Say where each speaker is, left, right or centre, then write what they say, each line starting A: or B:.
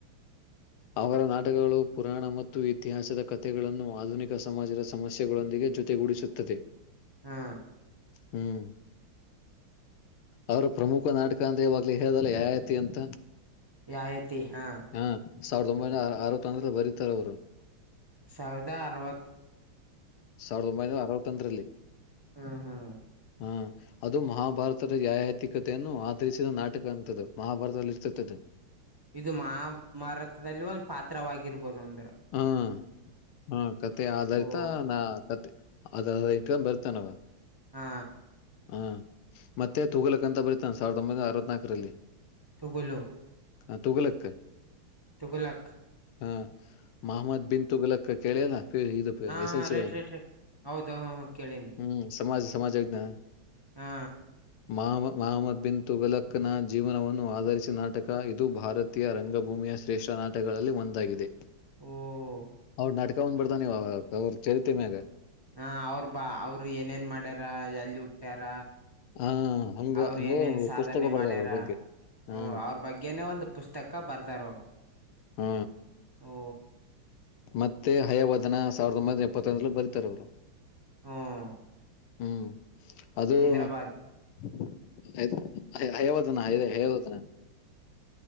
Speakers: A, on the left; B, on the right.
A: ಅವರ ನಾಟಕಗಳು ಪುರಾಣ ಮತ್ತು ಇತಿಹಾಸದ ಕಥೆಗಳನ್ನು ಆಧುನಿಕ ಸಮಾಜದ ಸಮಸ್ಯೆಗಳೊಂದಿಗೆ ಜೊ ತೆ ಗುಡಿಸುತ್ತದೆ
B: ಹ್ಮ
A: ಹ್ಮ್ ಅವ್ರ ಪ್ರಮುಖ ನಾಟಕ ಅಂದ್ರೆ ಇವಾಗ್ಲಿ ಹೇಳ್ದಲ್ಲ ಯಯಾತಿ ಅಂತ
B: ಯಾಯತಿ ಹ
A: ಹಾ, ಸಾವಿರದ ಒಂಬೈನೂರ ಅರವತ್ತೊಂದ್ರರಲ್ಲಿ ಬರೀತಾರೆ ಅವರು.
B: ಸಾವಿರದ ಅರವತ್ತ
A: ಸಾವಿರದ ಒಂಬೈನೂರ ಅರವತ್ತೊಂದರಲ್ಲಿ
B: ಹ್ಮ್ ಹ್ಮ್
A: ಹ ಅದು ಮಹಾಭಾರತದ ಯಾಯಾತಿ ಕತೆಯನ್ನು ಆಧರಿಸಿದ ನಾಟಕ ಅಂತದ್ದು ಮಹಾಭಾರತದಲ್ಲಿ ಈರತತಿ
B: ಇದು ಮಹಾಮಾರತದಲ್ಲೂ ಒಂದು ಪಾತ್ರವಾಗಿರ್ಬೋದು ಅಂ..
A: ಹ್ಮ ಹ್ಮ್ ಕತೆ ಆಧಾರಿತ
B: ಓ
A: ನಾ ಕತೆ ಅದ... ಕ ಬರ್ತಾನವ.
B: ಹಾ..
A: ಹಾ ಮತ್ತೆ ತೂಗಲಕ್ಕಂತ ಬರಿತಾನ ಸಾವಿರದ ಒಂಬೈನೂರ ಅರವತ್ನಾಕರಲ್ಲಿ
B: ತೂಬಲೋ
A: ಹ ತೂಗಲಕ್ಕ..
B: ತೂಗಲಕ್ಕ...
A: ಹಾ ಮಹಮ್ಮದ್ ಬಿನ್ ತುಗಲಕ್ಕ ಕೇಳಿಯಲ್ಲ! ಪೆ ಇದು ಪ
B: ಹಾ
A: ಎಸಲಸಿ
B: ಹಾ ರೈಟ್
A: ಒಳಗ
B: ರೈಟ್ ರೈಟ್ ಹೌದು ಹ ಕೇಳೀನಿ
A: ಹ್ಮ್ ಸಮಾಜ ಸಮಾಜ ವಿಜ್ಞಾನ
B: ಹಾ..
A: ಮಮ ಮಹಮ್ಮದ್ ಬಿನ್ ತುಗಲಕ್ಕನ ಜೀವನವನ್ನು ಆದರಿಸಿದ ನಾಟಕ ಇದು ಭಾರತೀಯ ರಂಗಭೂಮಿ... ಮೇಯ ಶ್ರೇಷ್ಠ ನಾಟಗಳಲ್ಲಿ ಒಂದಾಗಿದೆ.
B: ಓ
A: ಅವ್ರ ನಾಟಕ ಒಂದ ಬರ್ದಾನವ್ ಅವ್ರ ಚರಿತೇ ಮ್ಯಾಗ
B: ಹ ಅವ್ರ ಬಾ ಅವ್ರು ಏನೇನ್ ಮಾಡ್ಯಾರ ಎಲ್ಲಿ ಹುಟ್ಟ್ಯಾರ
A: ಹಾ ಹಂಗ
B: ಅವ್ರು
A: ಹಂಗ
B: ಏನೇನ್ ಸಾಧನೆ
A: ಪುಸ್ತಕ ಬರ್ದಾರ
B: ಮಾಡ್ಯಾರ
A: ಅವ್ರ ಬಗ್ಗೆ... ಹಾ
B: ಓ ಅವ್ರ ಬಗ್ಗೆನೇ ಒಂದು ಪುಸ್ತಕ ಬರ್ದಾರ ಅವರು
A: ಹ್ಮ
B: ಓ
A: ಮತ್ತೆ ಹಯವದನ ಸಾವಿರದ ಒಂಬೈನೂರ ಎಪ್ಪತ್ತೊಂದರಲ್ಲಿ ಬರೀತಾರ ಅವರು..
B: ಹ್ಮ್
A: ಹ್ಮ್ ಅದು........
B: ಹೈದ್ರಾಬಾದ್
A: ! ಹಹಯ ಹಯವದನ ಹೈವೆ ಹಯವದನ.,